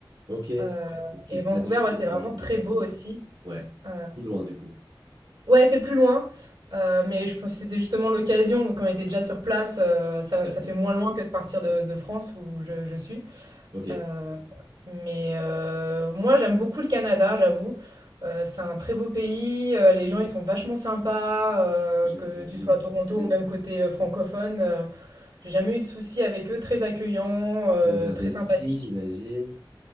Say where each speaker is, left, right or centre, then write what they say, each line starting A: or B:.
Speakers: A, on the right (about 65°); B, on the right (about 85°).
A: Ok.
B: Euh,
A: Ok,
B: et Vancouver,
A: pas du coup.
B: ouais, c'est vraiment
A: c'est à côté.
B: très beau aussi.
A: Ouais,
B: Euh,
A: c'est plus loin du coup.
B: Ouais, c'est plus loin, heu, mais je pense que c'était justement l'occasion, vu qu'on était déjà sur place, heu, ça
A: Tout
B: ça
A: à fait.
B: fait moins loin que de partir de de France où je je suis,
A: Ok,
B: heu, mais heu, moi j'aime beaucoup le Canada, j'avoue, heu, c'est un très beau pays, heu, les gens ils sont vachement sympas,
A: j'ai
B: heu, que
A: entendu,
B: tu sois
A: ouais.
B: à Toronto ou même côté, heu, francophone, heu, j'ai jamais eu de soucis avec eux, très accueillants, heu,
A: Très ouvert
B: très
A: d'esprit,
B: sympathiques.
A: j'imagine.